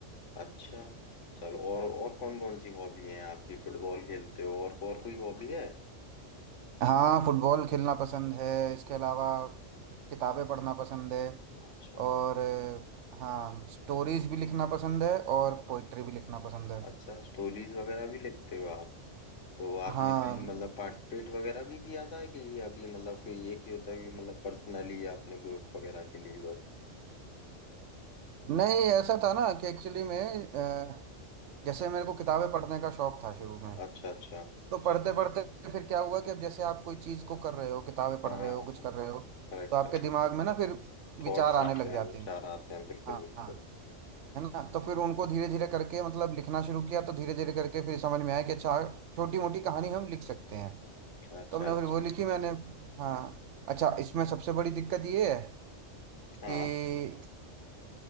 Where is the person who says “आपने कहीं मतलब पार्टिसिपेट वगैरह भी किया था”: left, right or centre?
Left